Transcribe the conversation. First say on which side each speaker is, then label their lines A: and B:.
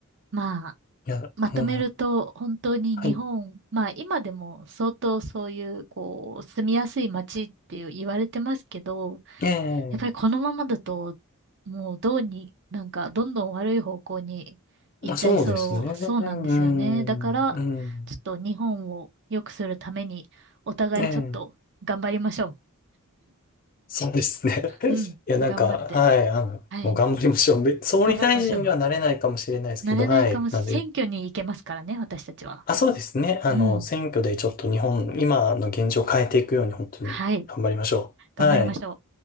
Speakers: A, on the right; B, on the left.
A: まあ、
B: いや、
A: まとめると本当に日本、
B: うん。はい。
A: まあ今でも相当そういう、こう、住みやすい街っていう言われてますけど、
B: ええ、
A: やっぱりこのままだと、もうどうに、なんかどんどん悪い方向に行っちゃいそう、
B: あ、そうですね。うん、
A: そうなんですよね。だから、
B: うん。
A: ちょっと日本を良くするために、お互いちょっと頑張りましょ
B: ええ、そうですね。<laughs>
A: う。うん、
B: いや、なんか、
A: 頑張って。
B: はい、あの、
A: はい、
B: もう頑張りましょう。<laughs> べ総理大臣にはなれないかもしれないですけど、
A: 頑張りましょう。なれないかもし、
B: はい。なので、
A: 選挙に行けますからね、私たちは。
B: あ、そうですね。あの、
A: うん、
B: 選挙でちょっと日本、今の現状を変えていくように、本当に頑張りましょう。
A: はい、頑張りましょう。
B: はい。